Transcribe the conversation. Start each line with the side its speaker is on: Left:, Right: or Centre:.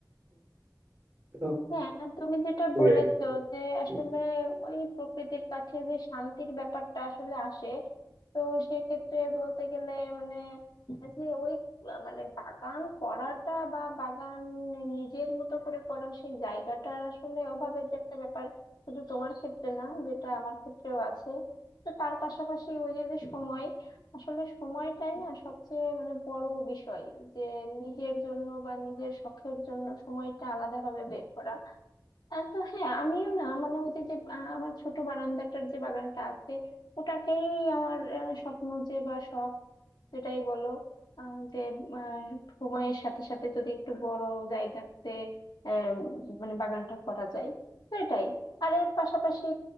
Right: এটুকুই
Left: হ্যাঁ তুমি যেটা বলেছো
Right: আর
Left: যে আসলে
Right: কি
Left: ওই প্রকৃতির কাছে যে শান্তির ব্যাপারটা আসলে আসে তো সেক্ষেত্রে বলতে গেলে মানে যে ওই মানে বাগান করাটা বা বাগান নিজের মতো করে করা সেই জায়গাটার আসলে অভাবের যে একটা ব্যাপার শুধু তোমার ক্ষেত্রে না যেটা আমার ক্ষেত্রেও আছে তো তার পাশাপাশি ওই যে যে সময় আসলে সময়টাই না সবচেয়ে মানে বড় বিষয় যে নিজের জন্য বা নিজের শখের জন্য সময়টা আলাদাভাবে বের করা আর তো হ্যাঁ আমিও না মানে ওই যে যে আহ, আমার ছোট বারান্দাটার যে বাগানটা আছে ওটাকেই আমার আহ, স্বপ্ন যে বা শখ যেটাই বলো আহ, যে আহ, সময়ের সাথে সাথে যদি একটু বড় জায়গাতে আহ, মানে বাগানটা করা যায় তো এটাই আর এর পাশাপাশি